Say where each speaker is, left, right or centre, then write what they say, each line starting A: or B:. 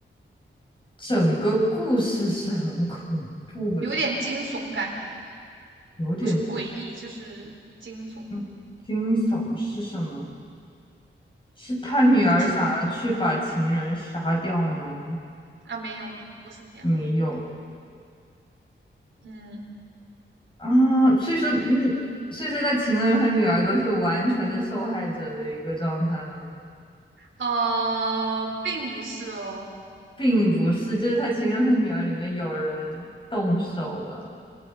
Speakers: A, on the left (about 25°); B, on the right (about 70°).
A: 整个故事是很恐怖的，
B: 有点惊悚感觉，
A: 有点
B: 不是诡异就是惊悚，
A: 惊惊悚是什么？是他女儿想要去把情人杀掉吗？
B: 就是啊，没有没有，不是这样的，
A: 没有
B: 嗯，
A: 啊，所以说，嗯，所以说他情人和女儿都是完全的受害者的一个状态吗？
B: 呃，并不是哦，
A: 并不是，就是他情人和女儿里面有人动手了，